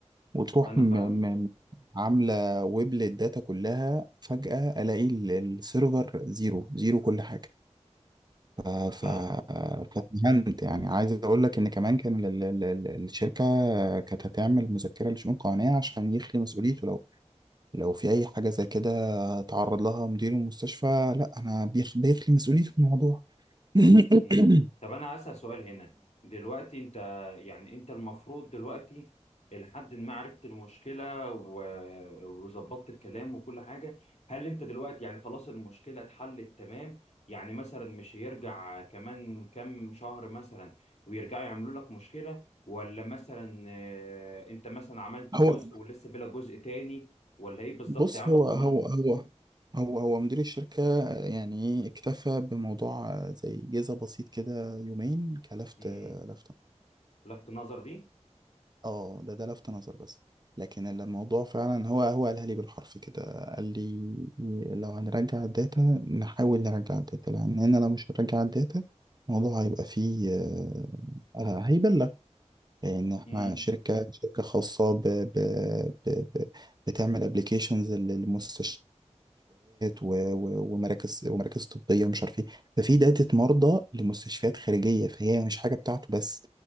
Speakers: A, on the right (about 35°); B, on the left (about 70°).
A: وتروح
B: انا
A: م
B: فاهمك
A: م عاملة ويب للداتا كلها فجأة ألاقي ال- السيرفر زيرو زيرو كل حاجة ف... ف...
B: فاهمك
A: فاتهمت يعني عايز اقول لك ان كمان كان ال- ال- ال- الشركه كانت هتعمل مذكره لشؤون قانونيه عشان يخلي مسؤوليته لو لو في اي حاجه زي كده تعرض لها مدير المستشفى لا انا بيخ... بيخلي مسؤوليته من الموضوع <coughs>
B: مم. طب انا هسأل سؤال هنا دلوقتي انت يعني انت المفروض دلوقتي لحد ما عرفت المشكلة و- وظبطت الكلام وكل حاجة هل انت دلوقتي يعني خلاص المشكلة اتحلت تمام يعني مثلا مش هيرجع كمان كام شهر مثلا ويرجعوا يعملوا لك مشكلة ولا مثلا آه، انت مثلا عملت
A: هو
B: جزء ولسه بلا جزء تاني ولا ايه بالظبط
A: بص
B: يا عم
A: هو
B: طمنا
A: هو هو هو هو مدير الشركة يعني اكتفى بموضوع زي جزء بسيط كده يومين كلفت
B: مم.
A: لفتة
B: لفت النظر دي
A: اه ده ده لفت نظر بس لكن الموضوع فعلا هو هو قالها لي بالحرف كده قال لي لو هنرجع الداتا نحاول نرجع الداتا لان هنا لو مش هنرجع الداتا الموضوع هيبقى فيه آه، آه، هيبلغ لان احنا
B: امم
A: شركة شركة خاصة ب ب ب ب بتعمل ابلكيشنز للمستشفيات و- و- ومراكز ومراكز طبية ومش عارف ايه ففي داتا مرضى لمستشفيات خارجية فهي مش حاجة بتاعته بس